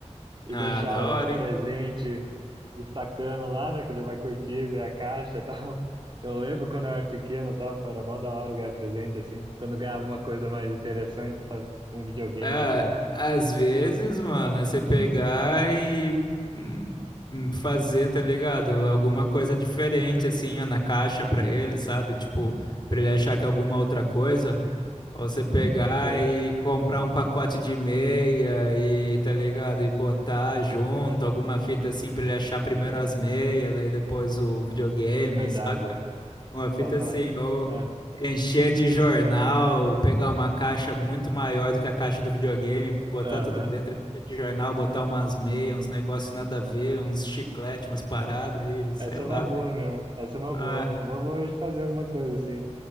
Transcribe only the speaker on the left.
Ah,
da
hora,
hein?
É,
às vezes, mano, é você pegar e hum, hum, fazer, tá ligado? Alguma coisa diferente, assim, ó, na caixa pra ele, sabe? Tipo, pra ele achar que é alguma outra coisa. Ou você pegar
e comprar um pacote de meia e, tá ligado? E botar junto, alguma fita assim pra ele achar primeiro as meias, daí depois o videogame,
saca?
Uma fita
assim, ou
encher de jornal, pegar uma caixa muito maior do que a caixa do videogame, botar
tudo dentro de jornal, botar umas meias, uns negócios nada a ver, uns chiclete, umas paradas e sei
lá,
velho.
Ah,